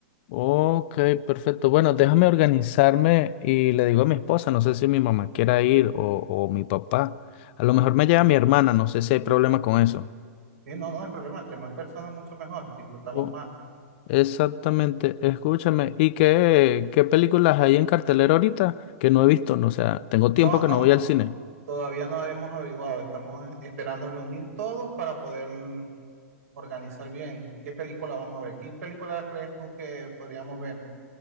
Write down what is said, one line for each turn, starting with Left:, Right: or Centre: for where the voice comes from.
Left: Ok, perfecto. Bueno, déjame organizarme y le digo a mi esposa, no sé si mi mamá quiera ir o, o mi papá. A lo mejor me lleva mi hermana, no sé si hay problema con eso.
Right: Sí, no, no hay problema. Entre más personas, mucho mejor. Disfrutamos
Left: Oh,
Right: más.
Left: exactamente, escúchame. ¿Y qué, qué películas hay en cartelera ahorita que no he visto? No, o sea, tengo tiempo
Right: No, no.
Left: que no voy al cine.
Right: Todavía no hemos averiguado, estamos esperando reunir todos para poder organizar bien qué película vamos a ver. ¿Qué película crees tú que podríamos ver?